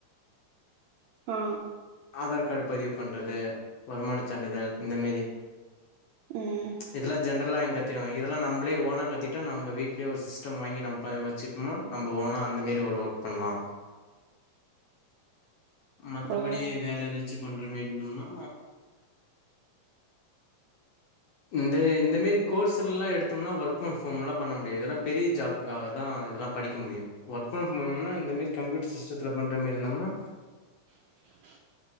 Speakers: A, on the right; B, on the left.
A: ஆ
B: ஆதார் கார்டு பதிவு பண்றது வருமான சான்றிதழ் இந்த மேரி
A: ம்
B: இதெல்லா ஜென்ரலா இங்கத் இதெல்லா நம்ளே ஓனா கத்துகிட்டா நம்ம வீட்லேயே ஒரு சிஸ்டம் வாங்கி நம்ம வச்சுகும்னா நம்ம ஓனா அந்த மேரி ஒரு பண்லா மத்தபடி
A: ஓ
B: வேற ஏதாச்சு பண்ற மேரி இருந்தோம்னா இந்த இந்த மேரி கோர்ஸ்லா எடுத்தோம்னா ஒர்க் ஃப்ரம் ஹோம்லா பண்ண முடியாது இதெல்லா பெரிய ஜாப் காக தா இதெல்லா படிக்க முடியு ஒர்க் ஃப்ரம் ஹோம்னா இந்த மேரி கம்ப்யூட்டர் சிஸ்டத்துல பண்ற மேரி இருந்தம்னா
A: <unintelligible>